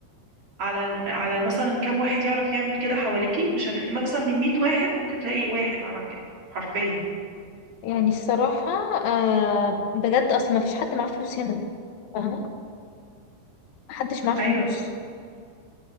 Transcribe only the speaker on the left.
يعني الصراحه آه بجد اصلا ما فيش حد معاه فلوس هنا فاهمه محدش معاه فلوس